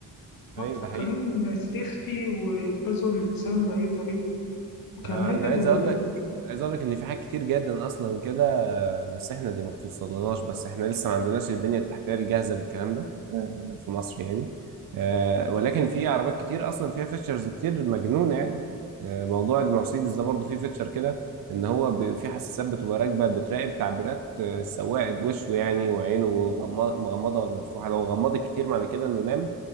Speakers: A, on the right; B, on the left.
A: ايوه
B: هم مفكرين
A: ده حقيقي
B: السيفتي وينقذوا الإنسان بأي طريقة وكمان
A: آه، انا
B: ال
A: عايز اقول لك عايز اقول لك ان في حاجات كتير جدا اصلا كده بس احنا اللي ما بتوصلناش بس احنا لسه ما عندناش البنية التحتية الجاهزة للكلام ده آه، في مصر يعني آه، ولكن في عربيات كتير اصلا فيها فيتشرز كتير مجنونة يعني آه، موضوع المرسيدس ده برضه فيه فيتشر كده ان هو ب- في حساسات بتبقى راكبة بتراقب تعبيرات آه، السواق وشه يعني وعينه غما- مغمضة ولا مفتوحة لو غمضت كتير معنى كده انه نام